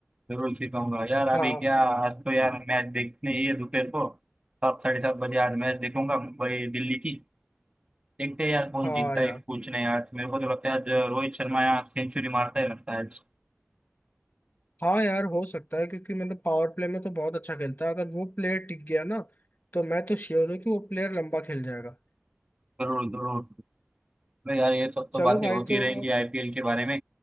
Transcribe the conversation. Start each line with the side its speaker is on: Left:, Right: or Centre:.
Right: जरूर सिखाऊंगा यार अभी
Left: हाँ
Right: क्या आज तो यार मैच देखने ही है दोपहर को सात साढ़े सात बजे आज मैच देखूंगा मुंबई दिल्ली की देखते हैं यार कौन
Left: हाँ
Right: जीतता
Left: यार
Right: है कुछ नहीं आज मेरे को तो लगता है आज रोहित शर्मा यहाँ सेंचुरी मारता है लगता है आज
Left: हाँ यार हो सकता है क्योंकि मतलब पावर प्ले में तो बहुत अच्छा खेलता है अगर वो प्लेयर टिक गया ना तो मैं तो श्योर हूँ कि वो प्लेयर लंबा खेल जाएगा
Right: जरूर जरूर तो यार ये सब तो
Left: चलो
Right: बातें
Left: भाई
Right: होती
Left: तो
Right: रहेंगी आईपीएल के बारे में